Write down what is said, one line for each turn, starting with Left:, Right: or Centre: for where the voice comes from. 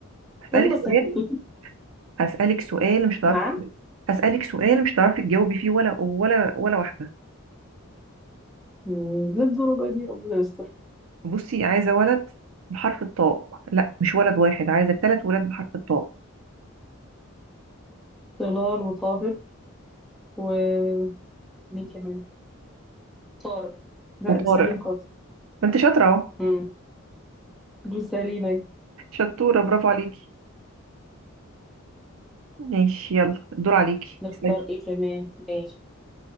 Right: هسألك
Centre: والله سهل
Right: سؤال
Centre: <laughs>
Right: هسألك سؤال مش هتعرفي
Centre: نعم
Right: هسألك سؤال مش هتعرفي تجاوبي فيه ولا ولا ولا واحدة
Centre: مم، للدرجة دي ربنا يستر
Right: بصي عايزة ولد بحرف الطاء لا مش ولد واحد عايزة ثلاث ولاد بحرف الطاء
Centre: طلال وطاهر ومين كمان طارق لا
Right: وطارق
Centre: ده سهلين خالص
Right: ما انت شاطرة اهو
Centre: مم. بصي يا لينا
Right: شطورة برافو عليكي ماشي يلا الدور عليكي
Centre: نختار
Right: اسألي
Centre: ايه كمان ماشي